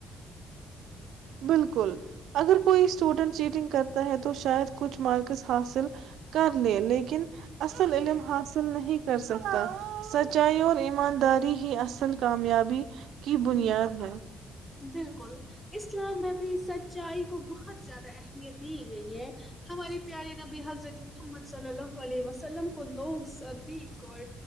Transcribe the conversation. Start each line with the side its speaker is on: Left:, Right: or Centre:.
Right: بالکل اگر کوئی اسٹوڈینٹ چیٹنگ کرتا ہے تو شاید کچھ مارکس حاصل کر لے لیکن اصل علم حاصل نہیں کر سکتا سچائی اور ایمانداری ہی اصل کامیابی کی بنیاد ہے
Centre: بالکل اسلام میں بھی سچ چائی کو بہت زیادہ اہمیت دی گئی ہے ہماری پیاری نبی حضرت محمد چلو ہو واللی ب سلم کو لوگ صدیق اور